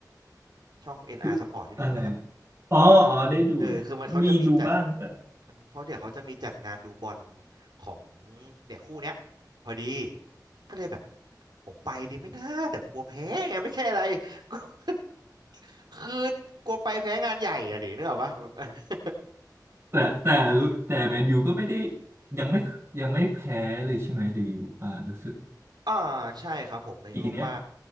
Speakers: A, on the right (about 80°); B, on the right (about 35°).
A: ช่อง NR
B: คืออะไรอะ
A: Sport ได้ดูไหมครับ
B: อ๋ออ๋อได้ดูนะมีดูบ้างแต่
A: เออคือมันเขาจะมีจัด เออเพราะเดี๋ยวเขาจะมีจัดงานดูบอลของเนี่ยคู่เนี้ยพอดีก็เลยแบบผมไปดีไหม่น่าแต่กลัวแพ้ไงไม่ใช่อะไร <laughs> คือกลัวไปแพ้งานใหญ่อะหรือเนกอะปะ <laughs>
B: แต่แต่แต่แมนยูก็ไม่ได้ยังไม่ยังไม่แพ้เลยใช่ไหมดูอยู่ป่ะรู้สึก
A: อ่าใช่ครับผมในยูโรป้า
B: ปีเนี้ย